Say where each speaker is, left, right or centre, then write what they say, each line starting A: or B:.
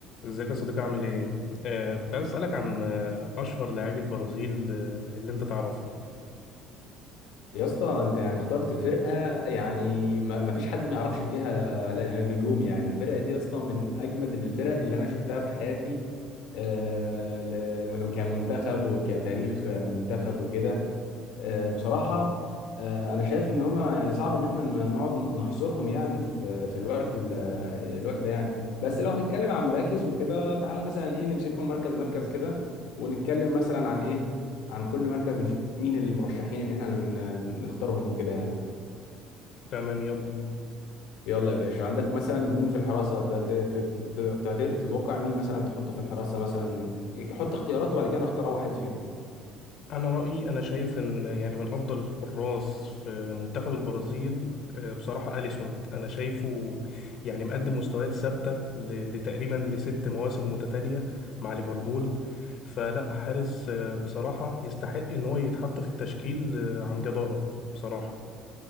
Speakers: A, on the left (about 60°); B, on the left (about 80°).
A: ازيك يا صديقي عامل ايه؟ آه كنت عايز اسألك عن آه أشهر لاعبي البرازيل آه اللي انت تعرفهم
B: يا اسطى انت يعني اخترت فرقه يعني ما ما فيش حد ما يعرفش فيها نجوم يعني الفرقه دي يا اسطى من اجمد الفرق اللي انا شفتها في حياتي آه، ل- كمنتخب وكتاريخ منتخب وكده آه، بصراحه آه، انا شايف ان هما يعني صعب ان احنا ن- نقعد نحصرهم يعني في في الوقت ال- الوقت ده يعني بس لو هنتكلم عن مراكز وكده تعالى مثلا ايه نمسكهم مركز مركز كده ونتكلم مثلا عن ايه عن كل مركز نشوف مين المرشحين ان احنا ن- نختارهم وكده يعني
A: تمام يلا
B: يلا يا باشا عندك مثلا مين في الحراسة ت- ت- ت- ت- ت- تتوقع مين مثلا تحطه في الحراسة مثلا حط اختيارات وبعد كده نختار واحد فيهم
A: أنا رأيي أنا شايف إن يعني من أفضل الحراس في منتخب البرازيل آه بصراحة أليسون أنا شايفه يعني مقدم مستويات ثابتة ل- لتقريبا لست مواسم متتالية مع ليفربول فلا حارس آه بصراحة يستحق إن هو يتحط في التشكيل آه عن جدارة بصراحة